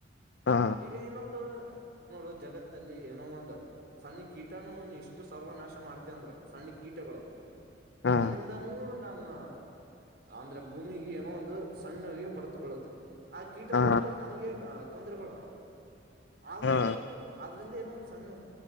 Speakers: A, on the left; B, on the right.
A: ಹಾ
B: ಈಗ ಇನ್ನೊಂದು ನೋಡು ಜಗತ್ತಲ್ಲಿ ಏನೋ ಒಂದು ಸಣ್ಣ ಕೀಟಾನು ಇಷ್ಟು ಸರ್ವನಾಶ ಮಾಡ್ತ ಅಂದ್ರು ಸಣ್ಣ ಕೀಟಗಳು
A: ಹಾ
B: ಅದರಿಂದನೂ ನಮ್ಮ ಅಂದ್ರೆ ಭೂಮಿಿಗೆ ಏನೋ ಒಂದು ಸಣ್ಣಾಗಿ ಹೊಡೆತ ಬೀಳುತ್ತೆ ಆ ಕೀಟಗಳಿಂದ
A: ಹಾ
B: ನಮ್ಗೆ ತೊಂದರೆಗಳು ಆದ್ರೂ
A: ಹಾ
B: ಆದ್ರಿಂದ ಏನೋ ಒಂದ್ ಸಣ್ಣ